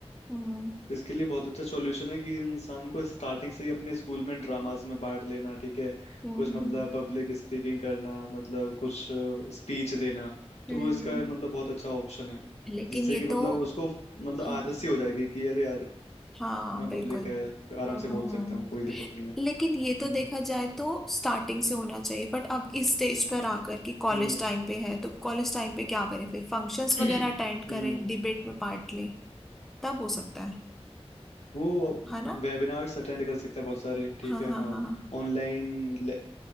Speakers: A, in the centre; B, on the left (about 80°).
A: हम्म
B: इसके लिए बहुत अच्छा सॉल्यूशन है कि इंसान को स्टार्टिंग से ही अपने स्कूल में ड्रामास में पार्ट लेना ठीक है
A: हम्म
B: कुछ
A: हम्म,
B: मतलब पब्लिक स्पीकिंग करना मतलब कुछ स्पीच देना तो
A: हम्म
B: वो इसका मतलब बहुत अच्छा ऑप्शन है
A: लेकिन
B: जिससे
A: ये
B: कि मतलब
A: तो
B: उसको मतलब
A: हाँ
B: आदत सी हो जाएगी कि अरे यार
A: हाँ
B: ना
A: बिल्कुल
B: पब्लिक है आराम
A: हम्म
B: से
A: हम्म
B: बोल सकता
A: हम्म।
B: हूँ कोई दिक्कत नहीं है
A: लेकिन
B: हम्म
A: ये तो देखा जाए तो स्टार्टिंग से होना चाहिए बट अब इस स्टेज पर आकर कि कॉलेज
B: हम्म
A: टाइम पे है तो कॉलेज टाइम पे क्या करें फिर फंक्शंस
B: <clears throat>
A: वगैरह अटेंड
B: हम्म।
A: करें डिबेट में पार्ट लें तब हो सकता है
B: वो
A: है ना
B: वेबिनार्स अटेंड कर सकता है बहुत सारे ठीक
A: हाँ
B: है
A: हाँ
B: हाँ
A: हाँ हाँ।
B: ऑनलाइन